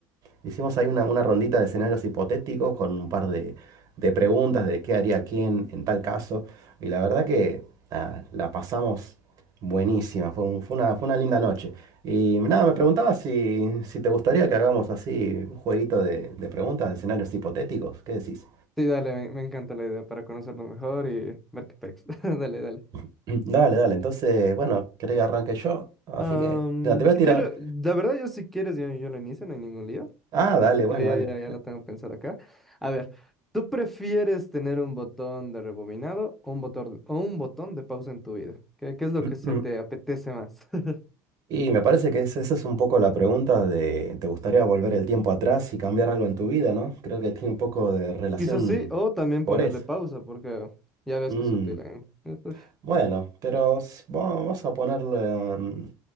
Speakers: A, on the right (about 45°); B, in the centre.
A: Hicimos ahí una, una rondita de escenarios hipotéticos con un par de, de preguntas de qué haría quién en tal caso. Y la verdad que nada, la pasamos buenísima. Fue, un- fue una, fue una linda noche. Y nada, me preguntaba si, si te gustaría que hagamos así un jueguito de, de preguntas de escenarios hipotéticos. ¿Qué decís?
B: Sí, dale, me, me encanta la idea para conocernos mejor y ver qué pex. <laughs> Dale, dale.
A: <clears throat> Dale, dale. Entonces, bueno, querés que arranque yo. Así
B: Am,
A: que nada, te voy
B: si
A: a tirar.
B: quiero, la verdad, yo si quieres, yo, yo lo inicio, no hay ningún lío.
A: Ah,
B: A ver,
A: dale,
B: porque
A: bueno,
B: yo ya,
A: dale.
B: ya, ya la tengo pensada acá. A ver, ¿tú prefieres tener un botón de rebobinado o un botón, o un botón de pausa en tu vida? ¿Qué, qué es lo
A: <clears throat>
B: que se te apetece más? <laughs>
A: Y me parece que es- esa es un poco la pregunta de, ¿te gustaría volver el tiempo atrás y cambiar algo en tu vida, no? Creo que tiene un poco de relación
B: Quizás sí, o también
A: por
B: ponerle
A: eso.
B: pausa, porque ya ves
A: Mm,
B: que es útil en... Uf,
A: Bueno, pero s- vamos a ponerlo em,